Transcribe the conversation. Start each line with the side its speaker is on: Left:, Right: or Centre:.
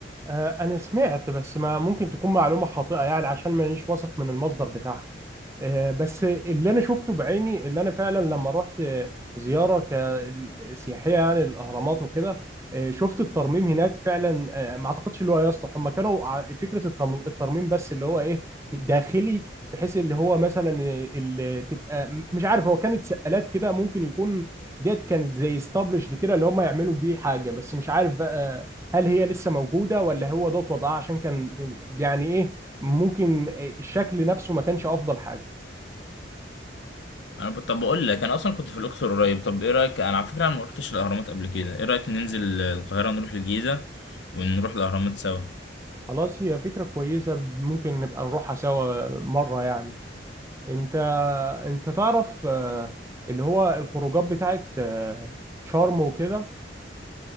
Right: آه، أنا سمعت بس ما ممكن تكون معلومة خاطئة يعني عشان مانيش واثق من المصدر بتاعها آه، بس اللي أنا شفته بعيني اللي أنا فعلا لما رحت آه، زيارة ك- سياحية يعني الأهرامات وكده آه، شفت الترميم هناك فعلا آه، ما أعتقدش اللي هو يصلح هم كانوا ع- فكرة الترم- الترميم بس اللي هو إيه داخلي بحيث اللي هو مثلا اللي تبقى مش عارف هو كانت سقالات كده ممكن يكون ديت كانت زي استابلشد كده اللي هم يعملوا بيه حاجة بس مش عارف بقى هل هي لسه موجودة ولا هو دوت وضعها عشان كان يعني ايه ممكن الشكل نفسه ما كانش افضل حاجة
Left: انا ب... طب بقول لك انا اصلا كنت في الاقصر قريب طب ايه رايك انا على فكره انا ما رحتش الاهرامات قبل كده ايه رايك ننزل القاهره ونروح الجيزه ونروح الاهرامات سوا
Right: خلاص هي فكرة كويسة ممكن نبقى نروحها سوا مرة يعني انت انت تعرف آه، اللي هو الخروجات بتاعت آه، شرم وكده